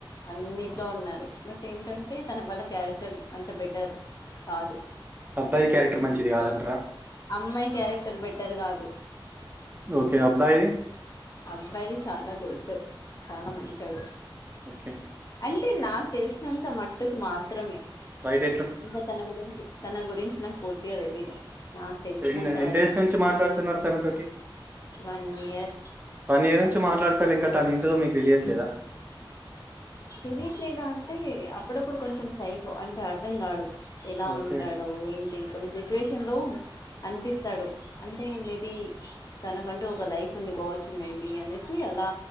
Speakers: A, on the left; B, on the right.
A: అన్నిట్లో ఉన్నారు బట్ ఏంటంటే తన వాళ్ళ క్యారెక్టర్ అంత బెటర్ కాదు
B: అబ్బాయి క్యారెక్టర్ మంచిది గాదంటార
A: అమ్మాయి క్యారెక్టర్ బెటర్ గాదు
B: ఓకే అబ్బాయిది
A: అబ్బాయిది చాలా గుడ్ చాలా మంచోడు
B: ఓకే
A: అంటే నాకు తెలిసినంత మట్టుకు మాత్రమే
B: బైట
A: ఇంకా తన గురించి తన గురించి నాకు పూర్తిగా తెలీదు నాకు తెలిసినంత
B: ఎన్ని ఎన్ని
A: వరకి
B: <unintelligible>
A: వన్ ఇయర్
B: వన్ ఇయర్ నుంచి మాట్లాడతారు ఇంకా తను ఏంటో మీకు తెలియట్లేదా
A: తెలియట్లేదా అంటే అప్పుడప్పుడు కొంచెం సైకో అంటే అర్ధం కాడు ఎలా
B: ఓకే
A: ఉంటాడో ఏంటి కొన్ని సిచ్యువేషన్లు అనిపిస్తాడు అంటే మేబీ తనకంటూ ఒక లైఫ్ ఉంది కావచ్చు మేబీ అనేసి అలా